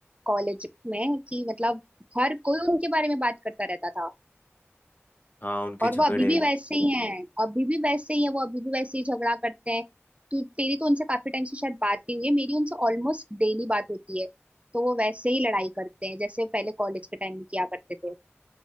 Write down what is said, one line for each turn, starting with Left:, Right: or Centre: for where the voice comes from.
Right: कॉलेज में कि मतलब हर कोई उनके बारे में बात करता रहता था
Left: हाँ उनके
Right: और
Left: झगड़े
Right: वो अभी भी वैसे ही हैं अभी भी वैसे ही है वो अभी भी वैसे ही झगड़ा करते हैं तू तेरी तो उनसे काफी टाइम से शायद बात नहीं हुई है मेरी उनसे ऑलमोस्ट डेली बात होती है तो वो वैसे ही लड़ाई करते हैं जैसे पहले कॉलेज के टाइम में किया करते थे